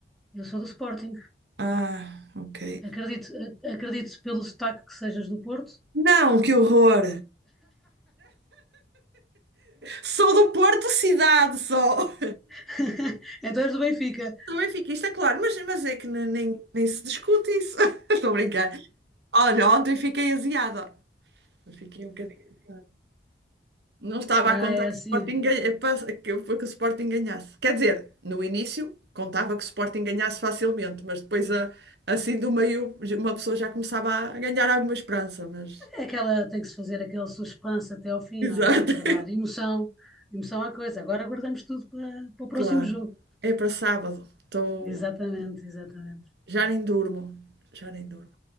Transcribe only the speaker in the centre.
Eu sou do Sporting.
Acredito, a- acredito pelo sotaque que sejas do Porto.
<laughs> Então és do Benfica.
Ah,
é
assim.
É aquela, tem que se fazer aquele suspense até ao fim,
não é? Que é para
dar emoção, emoção à coisa. Agora guardamos tudo para, para o próximo
jogo.
Exatamente, exatamente.